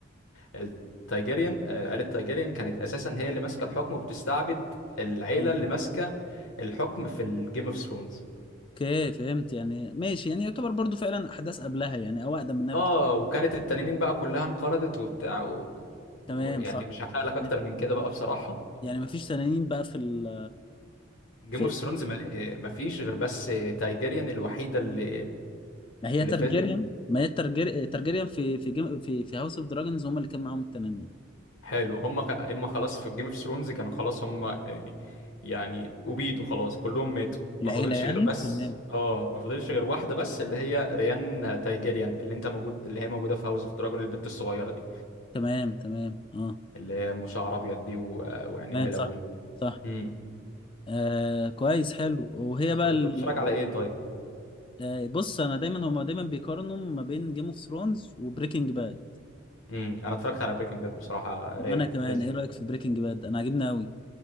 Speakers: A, on the left (about 80°); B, on the left (about 25°).
A: آه، التايجيريان آه، عيله تايجيريان كانت اساسا هي اللي ماسكه الحكم وبتستعبد العيله
B: تمام
A: اللي ماسكه الحكم في الجيم اوف ثرونز
B: اوكي فهمت يعني ماشي يعني يعتبر برضو فعلا احداث قبلها يعني او اقدم منها
A: اه
B: بكتير
A: وكانت التنانين بقى كلها انقرضت وبتاع و...
B: تمام
A: ويعني
B: صح
A: مش هحرق لك اكتر
B: <laughs>
A: من كده بقى بصراحة
B: يعني ما فيش تنانين بقى في ال...
A: جيم
B: في
A: اوف ثرونز ما... ما فيش غير بس تايجيريان الوحيدة اللي
B: ما هي
A: اللي
B: ترجيريان
A: فضلت
B: ما هي الترجير... ترجيريان في في جيم... في في هاوس اوف دراجونز هم اللي كان معاهم التنانين
A: حلو هم ك... اما خلاص في جيم اوف ثرونز كانوا خلاص هم يعني أبيدوا خلاص كلهم ماتوا
B: العيله
A: ما فاضلش
B: يعني
A: غير بس
B: تمام
A: اه ما فاضلش غير واحدة بس اللي هي ريان تايجيريان اللي انت موجود اللي هي موجودة في هاوس اوف دراجون البت الصغيرة دي
B: تمام تمام اه
A: اللي هي مشعر ابيض دي و... ويعني
B: تمام
A: ملونة
B: صح صح
A: امم
B: آه كويس حلو وهي بقى
A: طب
B: ال...
A: انت بتتفرج على ايه طيب
B: آه، بص انا دايما هما دايما بيقارنوا ما بين جيم اوف ثرونز وبريكنج باد
A: امم انا اتفرجت على بريكنج باد بصراحه
B: وانا
A: رايق
B: كمان
A: لذيذ
B: ايه رايك في بريكنج باد انا عاجبني قوي